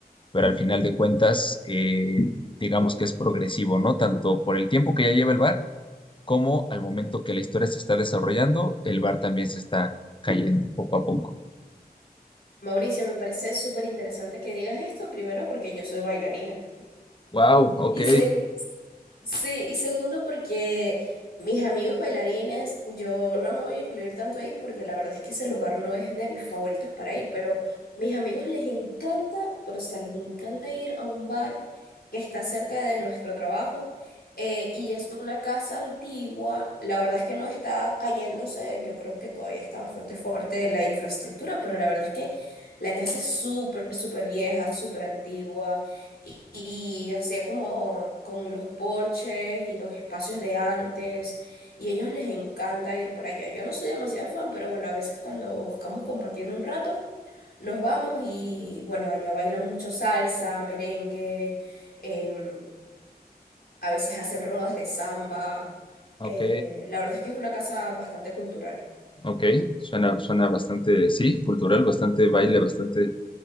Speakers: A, on the left; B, on the left.
A: pero al final de cuentas, eh, digamos que es progresivo, ¿no? Tanto por el tiempo que ya lleva el bar cómo al momento que la historia se está desarrollando, el bar también se está cayendo poco a poco.
B: Mauricio, me parece súper interesante que digas esto, primero porque yo soy bailarina.
A: Wow, ok,
B: y seg- Sí, y segundo porque mis amigos bailarines, yo no me voy a incluir tanto ahí porque la verdad es que ese lugar no es de mis favoritos para ir, pero mis amigos les encanta, pero o sea, les encanta ir a un bar que está cerca de nuestro trabajo eh, y es una casa antigua, la verdad es que no está cayéndose, yo creo que todavía está bastante fuerte la infraestructura, pero la verdad es que la casa es súper, súper vieja, súper antigua y y hacía como con los porches y los espacios de antes, y a ellos les encanta ir para allá. Yo no soy demasiado fan, pero bueno, a veces cuando buscamos compartir un rato, nos vamos y bueno, allá bailan mucho salsa, merengue, em, a veces hacen rodas de samba.
A: ok,
B: eh, la verdad es que es una casa bastante cultural.
A: ok. Suena, suena bastante, sí, cultural, bastante baile, bastante